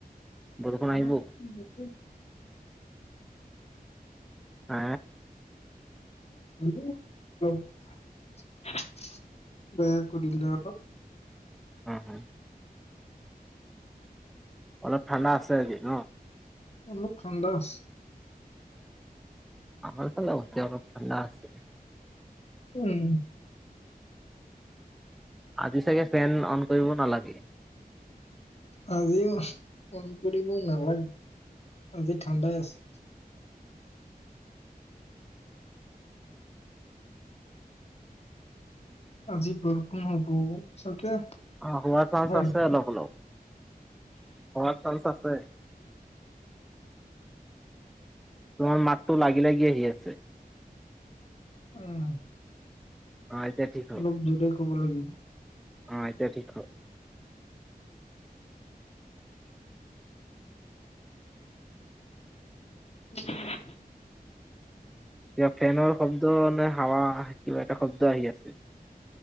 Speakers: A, in the centre; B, on the left.
A: বৰষুণ
B: এয়া
A: আহিব?
B: <unintelligible>
A: হ
B: হ <unintelligible> বেয়াকৈ দি দিলে আও ন
A: হ হ <unintelligible> অলপ ঠাণ্ডা আছে আজি ন
B: অলোক ঠাণ্ডা আছে
A: আমাৰ ফালে এতিয়া অলপ ঠাণ্ডা আছে
B: উম
A: আজি চাগে ফেন অন কৰিব নালাগে
B: আজিও ফোন কৰিবও নালাগে আজি ঠাণ্ডাই আছে <unintelligible> আজি বৰষুণ হ'ব চাগে
A: অ হোৱাৰ চান্স
B: হয়
A: আছে অলপ অলপ, হোৱাৰ চান্স আছে তোমাৰ মাতটো লাগি লাগি আহি আছে
B: উম
A: অ', এতিয়া ঠিক হ'ল,
B: অলপ জোৰে ক'ব লাগিব
A: অ এতিয়া ঠিক হ
B: উ <unintelligible>
A: কিবা ফেনৰ শব্দ নে হাৱা কিবা এটা শব্দ আহি আছে